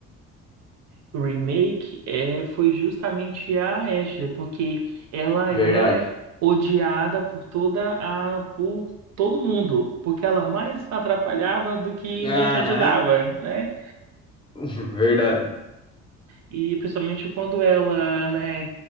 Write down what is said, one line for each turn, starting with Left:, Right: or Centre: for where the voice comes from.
Right: O remake é, foi justamente a Ashley, porque ela é
Left: Verdade.
Right: odiada por toda a por todo mundo, porque ela mais atrapalhava do que né,
Left: Aham,
Right: te ajudava, né?
Left: <laughs> verdade.
Right: E principalmente quando ela, né,